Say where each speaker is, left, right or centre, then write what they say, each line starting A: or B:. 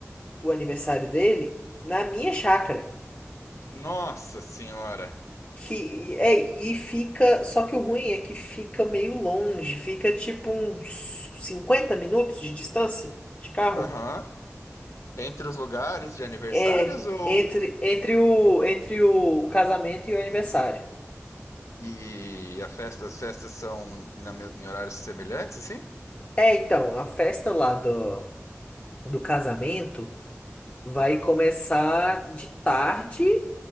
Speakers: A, on the left; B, on the left.
A: o aniversário dele na minha chácara.
B: nossa senhora.
A: Que é, e fica, só que o ruim é que fica meio longe, fica tipo uns 50 minutos de distância de carro.
B: Aham. Entre os lugares de aniversários
A: É,
B: ou
A: entre, entre o, entre o o casamento e o aniversário.
B: e a festa, as festas são na mes- em horários semelhantes, assim?
A: É, então, a festa lá do, do casamento vai começar de tarde